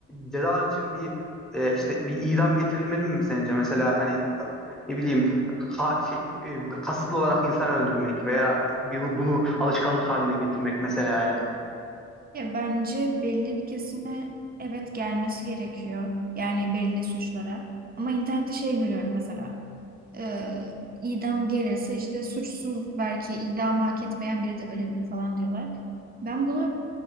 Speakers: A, in the centre; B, on the right.
A: cezalar için bir e, işte bir idam getirilmeli mi sence? Mesela hani e, ne bileyim ha- şey, e, kasıtlı olarak insan öldürmek veya bir- bunu alışkanlık haline getirmek mesela yani.
B: ya bence belli bir kesime evet gelmesi gerekiyor. Yani belli suçlara. Ama internette şey görüyorum mesela. E, idam gelirse işte suçsuz belki idamı hak etmeyen biri de ölebilir falan diyorlar. Ben buna